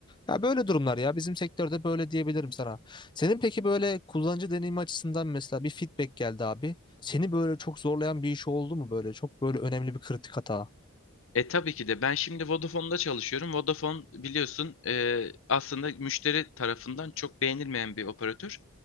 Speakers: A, on the left (about 20°); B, on the left (about 60°).
A: Ya böyle durumlar ya bizim sektörde böyle diyebilirim sana. Senin peki böyle kullanıcı deneyimi açısından mesela bir feedback geldi abi. Seni böyle çok zorlayan bir iş oldu mu böyle çok böyle önemli bir kritik hata?
B: E tabii ki de ben şimdi Vodafone'da çalışıyorum. Vodafone biliyorsun e, aslında müşteri tarafından çok beğenilmeyen bir operatör.